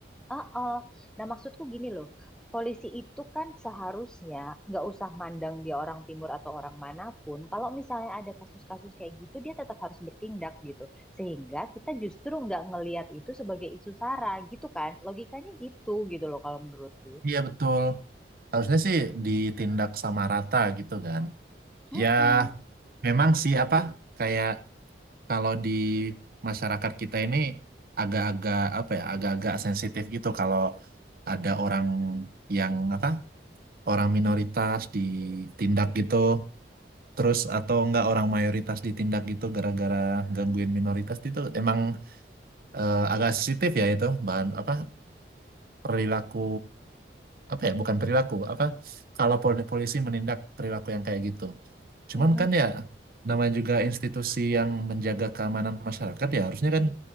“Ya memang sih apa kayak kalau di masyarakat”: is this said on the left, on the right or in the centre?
Right